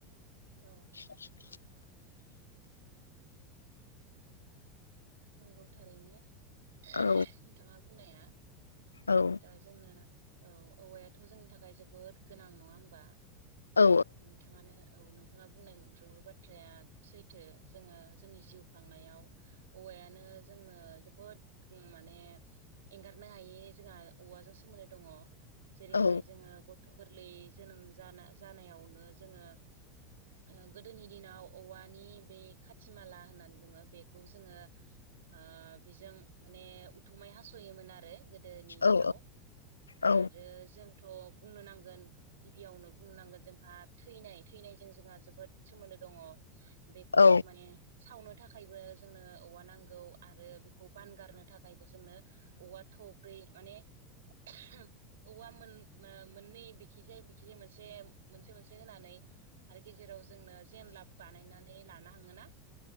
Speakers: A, on the right; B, on the left.
A: औ।
B: <inaudible>
A: नंगौ थारैनो नोंथाङा
B: औ
A: बुंनाया।
B: औ।
A: दा जोंनो औ औवायाथ' जोंनि थाखाय जोबोद गोनां नङा होमबा
B: औ
A: नोंथाङानो औ नोंथाङा बुंनाय मोनफ्रोमबो बाथ्राया सैथो जोङो जोंनि जिउ खांनायाव औवायानो जोंनो जोबोद उम माने एंगारनो हायि जोंहा औवाजों सोमोन्दो दङ। जेरैहाय
B: औ
A: जोङो गथ' गोरलै जोनोम जाना जानायावनो जोङो ओ गोदोनि दिनाव औवानि बे खाथिमाला होननानै बुङो बेखौ जोङो ओ बेजों माने उथुमाय हास'योमोन आरो गो गोदोनि दिनाव
B: औ औ
A: आरो जों थ' बुंनो नांगोन गिबियावनो बुंनो नांगोन जोंहा थैनाय थैनायजों जोंहा जोबोद सोमोन्दो दङ बेखौ
B: औ
A: माने सावनो थाखायबो जोंनो औवा नांगौ आरो बेखौ बानगारनो थाखायबो जोंनो औवा थब्रै माने <unintelligible> औवा मोन ओ मोननै बिखिजाय बिखिजाय मोनसे मोनसे मोनसे होनानै आरो गेजेराव जोंनो जेनलाब बानायनानै लानो हाङोना।